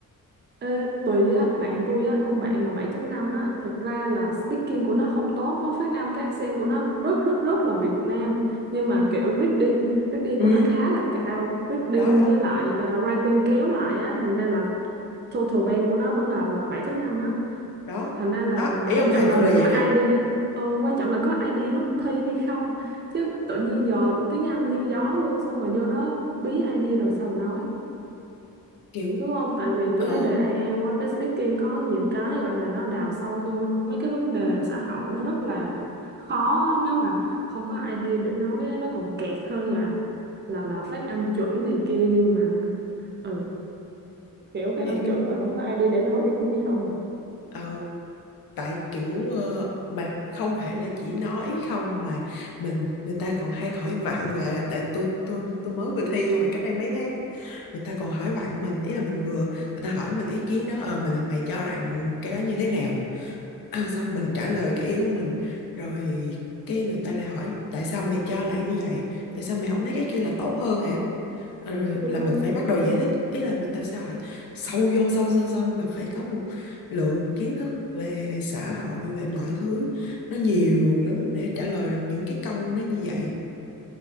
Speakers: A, on the right; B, on the left.
A: Ê, tùy á, bạn tôi á, con bạn mà 7.5 á, thực ra là speaking của nó không tốt, nó phát âm cái accent của nó rất rất rất là Việt Nam, nhưng mà kiểu reading, reading
B: ừ
A: của nó khá là cao, reading
B: đó đó
A: với lại ờ, writing kéo lại á, thành ra là total band của nó vẫn là là 7.5 á,
B: đó
A: thành ra là
B: đó ý
A: quan
B: ông
A: trọng
B: thầy tôi
A: là mình
B: là vậy
A: có
B: đó
A: idea, ờ, quan trọng là có idea lúc thi hay không, chứ tự nhiên giờ tiếng Anh như gió luôn, xong mà vô đó bí idea rồi sao mà nói
B: kiểu
A: đúng không tại vì
B: ờ
A: tôi thấy đề IELTS quá cái speaking có nhiều cái gọi là nó đào sâu vô mấy cái vấn đề xã hội nó rất là khó á. nếu mà không có idea để nói á, nó còn kẹt hơn là là là phát âm chuẩn này kia nhưng mà ừ kiểu phát
B: vậy
A: âm chuẩn mà không có idea để nói thì cũng như không mà
B: ờ, tại kiểu ờ, mà không phải là chỉ nói không mà mình người ta còn hay hỏi vặn là tại tôi tôi tôi mới vừa thi hồi cách đây mấy tháng người ta còn hỏi vặn mình ý là mình vừa người ta hỏi mình ý kiến đó ờ mình mày cho rằng cái đó như thế nào <clears throat> xong mình trả lời cái ý của mình rồi cái người ta lại hỏi tại sao mày cho là như vậy tại sao mày không thấy cái kia là tốt hơn hả Ờ, rồi
A: ừ
B: là
A: ừ
B: mình phải bắt đầu giải thích ý là người ta sẽ hỏi sâu vô sâu sâu sâu là phải có một lượng kiến thức về xã hội về mọi thứ nó nhiều lắm để trả lời được những cái câu nó như vậy